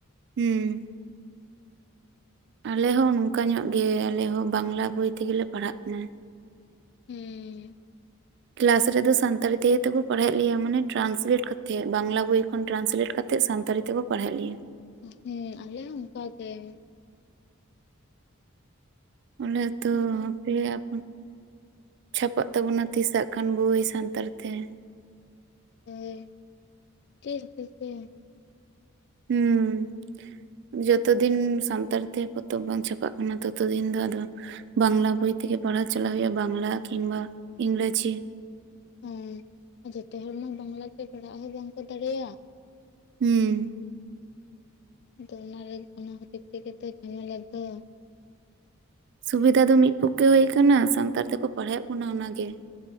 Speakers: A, on the right; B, on the left.
A: ᱦᱩᱸ ᱾ ᱟᱞᱮ ᱦᱚᱸ ᱱᱚᱝᱠᱟ ᱧᱚᱜ ᱜᱮ ᱟᱞᱮ ᱦᱚᱸ ᱵᱟᱝᱞᱟ ᱵᱳᱭ ᱛᱮᱜᱮ ᱞᱮ ᱯᱟᱲᱦᱟᱜ ᱠᱟᱱᱟ ᱾
B: ᱦᱩᱸ ᱾
A: ᱠᱞᱟᱥ ᱨᱮᱫᱚ ᱥᱟᱱᱛᱟᱲᱤ ᱛᱮᱜᱮ ᱛᱚᱠᱚ ᱯᱟᱲᱦᱟᱣᱮᱫ ᱞᱮᱭᱟ ᱢᱟᱱᱮ ᱴᱨᱟᱱᱥᱞᱮᱴ ᱠᱟᱛᱮᱫ ᱵᱟᱝᱞᱟ ᱵᱳᱭ ᱠᱷᱚᱱ ᱴᱨᱟᱱᱥᱞᱮᱴ ᱠᱟᱛᱮ, ᱠᱟᱛᱮᱫ ᱥᱟᱱᱛᱟᱲᱤ ᱛᱮᱠᱚ ᱯᱟᱲᱦᱟᱣᱮᱫ ᱞᱮᱭᱟ ᱾
B: ᱦᱮᱸ ᱟᱞᱮ ᱦᱚᱸ ᱚᱱᱠᱟᱜᱮ ᱾
A: ᱟᱞᱮ ᱛᱚ
B: ᱚᱱᱠᱟ
A: ᱯᱮᱭᱟᱜ, ᱪᱷᱟᱯᱟᱜ ᱛᱟᱵᱚᱱᱟ ᱛᱤᱥ ᱟᱜ ᱠᱷᱟᱱ ᱵᱳᱭ ᱥᱟᱱᱛᱟᱲ ᱛᱮ ᱾
B: ᱦᱳᱭ ᱪᱮᱫ ᱮᱢ ᱪᱤᱠᱟᱹᱭᱟ ᱾
A: ᱦᱩᱸ ᱾ ᱡᱚᱛᱚ ᱫᱤᱱ ᱥᱟᱱᱛᱟᱲ ᱛᱮ ᱯᱚᱛᱚᱵ ᱵᱟᱝ ᱪᱷᱟᱯᱟᱜ ᱠᱟᱱᱟ ᱛᱚᱛᱚ ᱫᱤᱱ ᱫᱚ ᱟᱫᱚ, ᱵᱟᱝᱞᱟ ᱵᱳᱭ ᱛᱮ ᱯᱟᱲᱦᱟᱣ ᱪᱟᱞᱟᱜ ᱦᱩᱭᱩᱜᱼᱟ ᱵᱟᱝᱞᱟ ᱠᱤᱢᱵᱟ ᱤᱝᱨᱮᱡᱤ ᱾
B: ᱦᱮᱸ ᱡᱚᱛᱚ ᱦᱚᱲᱢᱟ ᱵᱟᱝᱞᱟ ᱛᱮ ᱯᱟᱲᱦᱟᱜ ᱦᱚᱸ ᱵᱟᱝᱠᱚ ᱫᱟᱲᱮᱭᱟᱜ ᱾
A: ᱦᱩᱸ ᱾
B: ᱟᱫᱚ ᱚᱱᱟᱨᱮ ᱚᱱᱟ ᱠᱷᱟᱹᱛᱤᱨ ᱛᱮᱜᱮ ᱛᱚ ᱡᱷᱟᱢᱮᱞᱟ ᱫᱚ ᱾
A: ᱥᱩᱵᱤᱫᱟ ᱫᱚ ᱢᱤᱫ ᱯᱚᱠᱠᱷᱮ ᱦᱩᱭ ᱠᱟᱱᱟ ᱥᱟᱱᱛᱟᱲ ᱛᱮᱠᱚ ᱯᱟᱲᱦᱟᱣᱮᱫ ᱵᱚᱱᱟ ᱚᱱᱟᱜ ᱜᱮ ᱾